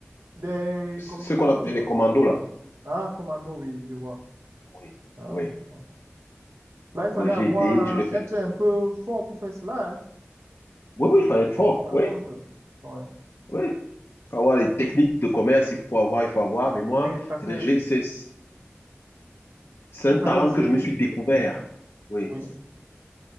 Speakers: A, on the right; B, on the left.
A: des
B: ce
A: commissions
B: qu'on appelait
A: que je connais.
B: les commandos là.
A: Ah, commando, oui, je vois.
B: Oui,
A: Ah,
B: oui.
A: je vois. Là, il fallait
B: Oui, J'ai
A: avoir,
B: été, je l'ai fait.
A: être un peu fort pour faire cela, hein.
B: Oui, oui, il fallait être fort.
A: Par
B: Oui,
A: contre, ouais.
B: oui. Il faut avoir les techniques de commerce, il faut avoir, il faut avoir. Mais moi,
A: Oui, parce
B: c'est
A: que
B: des- j'ai- c'est- c'est
A: il
B: un
A: fallait
B: talent
A: aussi,
B: que je me suis découvert. Oui,
A: oui,